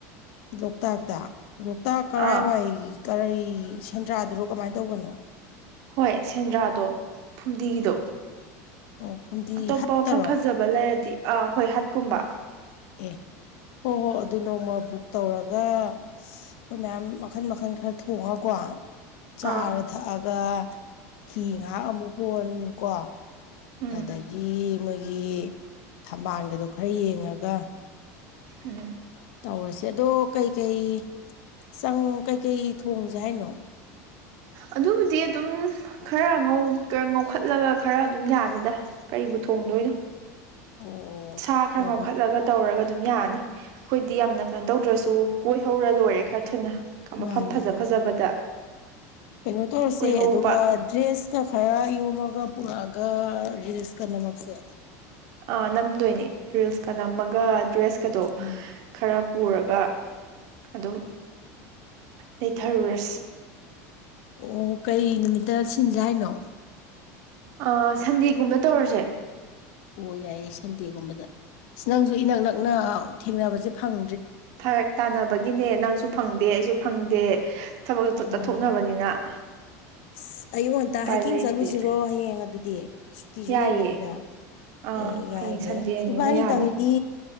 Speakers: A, on the left; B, on the right.
A: ꯂꯣꯛꯇꯥꯛꯇ ꯂꯣꯛꯇꯥꯛ ꯀꯔꯥꯏꯋꯥꯏ
B: ꯑꯥ
A: ꯀꯔ ꯁꯦꯟꯗ꯭ꯔꯥꯗꯨꯔꯣ ꯀꯃꯥꯏ ꯇꯧꯕꯅꯣ꯫
B: ꯍꯣꯏ ꯁꯦꯟꯗ꯭ꯔꯥꯗꯣ ꯐꯨꯝꯗꯤꯒꯤꯗꯣ꯫
A: ꯑꯣ ꯐꯨꯝꯗꯤ
B: ꯑꯇꯣꯞꯄ
A: ꯍꯠꯇꯔꯣ
B: ꯃꯐꯝ ꯐꯖꯕ ꯂꯩꯔꯗꯤ ꯑꯥ ꯍꯣꯏ ꯍꯠꯀꯨꯝꯕ꯫
A: ꯑꯦ ꯍꯣꯏ ꯍꯣꯏ ꯑꯗꯨ ꯅꯣꯡꯃ ꯕꯨꯛ ꯇꯧꯔꯒ ꯑꯩꯈꯣꯏ ꯃꯌꯥꯝ ꯃꯈꯟ ꯃꯈꯜ ꯈꯔ ꯊꯣꯡꯉ ꯀꯣ ꯆꯥꯔ
B: ꯑꯥ
A: ꯊꯛꯑꯒ ꯍꯤ ꯉꯍꯥꯛ ꯑꯃꯨꯛ ꯍꯣꯟ ꯀꯣ꯫
B: ꯎꯝ
A: ꯑꯗꯒꯤ ꯃꯣꯏꯒꯤ ꯊꯝꯕꯥꯜꯒꯗꯣ ꯈꯔ ꯌꯦꯡꯉꯒ
B: ꯎꯝ꯫
A: ꯇꯧꯔꯁꯦ ꯑꯗꯣ ꯀꯩꯀꯩ ꯆꯪ ꯀꯩꯀꯩ ꯊꯣꯡꯖꯦ ꯍꯥꯏꯅꯣ꯫ <unintelligible>
B: ꯑꯗꯨꯕꯨꯗꯤ ꯑꯗꯨꯝ ꯈꯔ ꯉꯧꯈꯠꯂꯒ ꯈꯔ ꯑꯗꯨꯝ ꯌꯥꯅꯤꯗ ꯀꯔꯤꯕꯨ ꯊꯣꯡ ꯗꯣꯏꯅꯣ꯫
A: ꯑꯣ
B: ꯁꯥ ꯈꯔ
A: ꯍꯣꯏ
B: ꯉꯧꯈꯠꯂꯒ
A: ꯍꯣꯏ
B: ꯇꯧꯔꯒ ꯑꯗꯨꯝ ꯌꯥꯅꯤ ꯑꯩꯈꯣꯏꯗꯤ ꯌꯥꯝꯅ ꯀꯩꯅꯣ ꯇꯧꯗ꯭ꯔꯁꯨ꯫ ꯇꯨ ꯀꯣꯏꯍꯧꯔ ꯂꯣꯏꯔꯦ ꯈꯔ ꯊꯨꯅ ꯃꯐꯝ
A: ꯃꯥꯅꯤ
B: ꯐꯖ
A: ꯃꯥꯅꯤ
B: ꯐꯖꯕꯗ
A: ꯀꯩꯅꯣ ꯇꯧꯔꯁꯦ
B: ꯀꯣꯏꯍꯧꯕ
A: ꯑꯗꯨꯒ ꯗ꯭ꯔꯦꯁꯀ ꯈꯔ ꯌꯣꯝꯃꯒ ꯄꯨꯔꯛꯑꯒ ꯔꯤꯜꯁ ꯀ ꯅꯃꯛꯁꯦ꯫
B: ꯑꯥ ꯅꯝꯗꯣꯏꯅꯦ ꯔꯤꯜꯁꯀ ꯅꯝꯃꯒ ꯗ꯭ꯔꯦꯁꯀꯗꯣ
A: ꯎꯝ
B: ꯈꯔ ꯄꯨꯔꯒ ꯑꯗꯨꯝ
A: ꯎꯝ꯫
B: ꯂꯩꯊꯔꯨꯔꯁꯤ꯫
A: ꯑꯣ ꯀꯩ ꯅꯨꯃꯤꯠꯇ ꯁꯤꯟꯖꯤ ꯍꯥꯏꯅꯣ꯫
B: ꯑ ꯁꯟꯗꯦꯒꯨꯝꯕ ꯇꯧꯔꯖꯦ꯫
A: ꯑꯣ ꯌꯥꯏꯌꯦ ꯁꯟꯗꯦꯒꯨꯝꯕꯗ ꯑ ꯅꯪꯁꯨ ꯏꯅꯛ ꯅꯛꯅ ꯊꯦꯡꯅꯕꯖꯦ ꯐꯪ
B: ꯐꯔꯛ ꯇꯥꯅꯕꯒꯤꯅꯦ ꯅꯪꯁꯨ ꯐꯪꯗꯦ ꯑꯩꯁꯨ ꯐꯪꯗꯦ꯫ ꯊꯕꯛꯇꯨ
A: ꯃꯥꯅꯤ
B: ꯆꯠꯊꯣꯛꯅꯕꯅꯤꯅ꯫
A: ꯑꯁ ꯑꯌꯨꯛ ꯉꯟꯇꯥ
B: ꯎꯄꯥꯏ
A: ꯍꯥꯏꯀꯤꯡ
B: ꯂꯩꯇꯦ
A: ꯆꯠꯂꯨꯁꯤꯔꯣ ꯍꯌꯦꯡ ꯑꯗꯨꯗꯤ꯫ ꯁꯨꯇꯤꯁꯨ
B: ꯌꯥꯏꯌꯦ
A: ꯂꯩꯕꯅꯤꯅ
B: ꯑꯥ
A: ꯑꯦ ꯌꯥꯏꯅꯦ
B: ꯍꯌꯦꯡ ꯁꯟꯗꯦꯅꯤꯅ
A: ꯏꯕꯥꯅꯤꯇꯪꯗꯤ
B: ꯌꯥꯅꯤ